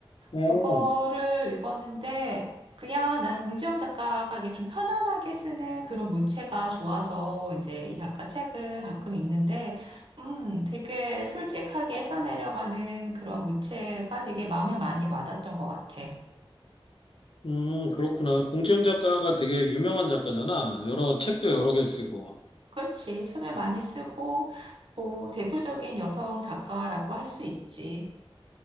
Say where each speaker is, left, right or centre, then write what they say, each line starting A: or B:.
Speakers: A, on the left; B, on the right.
A: 오.
B: 그거를 읽었는데, 그냥 난 공지영 작가가 이게 좀 편안하게 쓰는 그런 문체가 좋아서, 이제 이 작가 책을 가끔 읽는데, 음, 되게 솔직하게 써내려가는 그런 문체가 되게 마음에 많이 와닿던 것 같아.
A: 음, 그렇구나. 공지영 작가가 되게 유명한 작가잖아. 여러 책도 여러 개 쓰고.
B: 그렇지. 책을 많이 쓰고, 뭐, 대표적인 여성 작가라고 할 수 있지.